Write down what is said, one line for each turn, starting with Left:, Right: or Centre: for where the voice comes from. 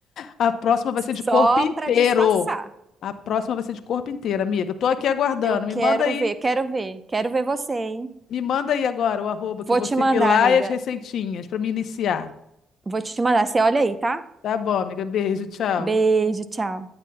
Left: A próxima vai ser de
Right: Só
Left: corpo inteiro.
Right: pra disfarçar.
Left: A próxima vai ser de corpo inteiro, amiga. Tô aqui aguardando.
Right: Eu quero
Left: Me manda aí,
Right: ver, quero ver, quero ver você, hein?
Left: me manda aí agora o arroba
Right: Vou
Left: que eu vou
Right: te
Left: seguir
Right: mandar,
Left: lá
Right: amiga.
Left: e as receitinhas pra me iniciar.
Right: Vou te mandar. Você olha aí, tá?
Left: Tá bom, amiga. Beijo, tchau.
Right: Beijo, tchau.